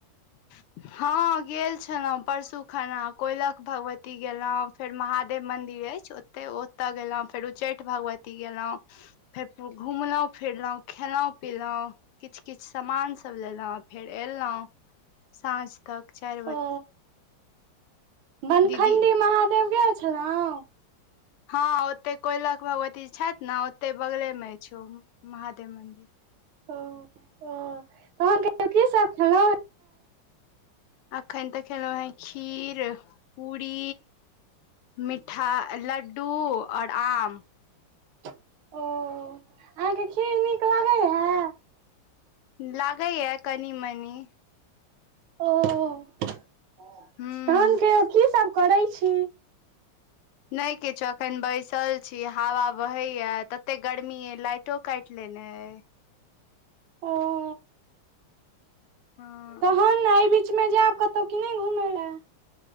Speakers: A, on the left; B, on the right.
A: <inaudible> हँ गेल छलहुँ परसु खना कोयलख भगवती गेलहुँ फेर महादेव मन्दिर अछि तऽ ओतय गेलहुँ फेर उच्चैठ भगवती गेलहुँ। फेर घुमलहुँ फिरलहुँ खेलहुँं। पिलों किछ किछ सामान सब लेलहुँ फेर एलहुँ। साँझ तक चा
B: ओ बनखण्डी
A: दीदी
B: महादेव गेल छलहु।
A: हँ ओते कोलख भगवती छथि ने ओते बगले मे छौ महादेव मंदिर।
B: <inaudible>
A: अखन तऽ खेलों ह खीर पूरी मिठा लड्डू आओर आम।
B: ओ अहाँके खीर नीक लगै है
A: लागैय कनि मनी।
B: ओ तहन
A: हूँ
B: कहियो की सब करै छी।
A: नै किछु अखन बैसल छी हवा बहैया तते गर्मी य लाइटो काइट लेने ये।
B: ओ
A: हँ
B: तहन एहि बीच मे जायब कतहु की नहि घुमय लए।